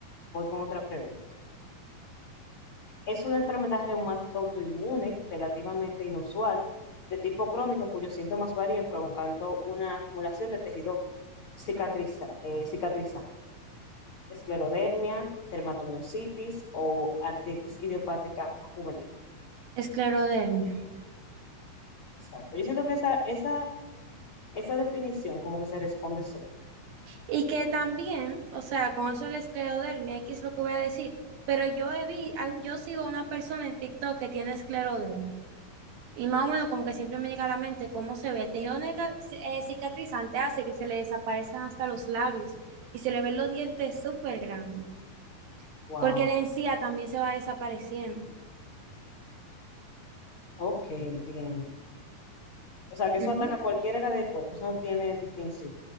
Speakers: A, on the left; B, on the right.
A: voy con otra pregunta. Es una enfermedad reumática autoinmune relativamente inusual, de tipo crónico, cuyos síntomas varían provocando una acumulación de tejido cicatriza- eh, cicatrizante, esclerodermia, dermatomiositis o artritis idiopática juvenil.
B: Esclerodermia.
A: Exacto. Yo siento que esa, esa, esa definición como que se responde sola.
B: Y que también, o sea, con eso de la esclerodermia, aquí es lo que voy a decir, pero yo he vi, al- yo sigo a una persona en TikTok que tiene esclerodermia. Y más o menos como que siempre me llega a la mente cómo se ve. El tejido neca- eh, cicatrizante hace que se le desaparezcan hasta los labios y se le ven los dientes súper grandes,
A: Wow.
B: porque la encía también se va desapareciendo.
A: Ok, entiendo. O sea, que eso
B: Ujú.
A: ataca a cualquier área del cuerpo, eso no tiene distinción.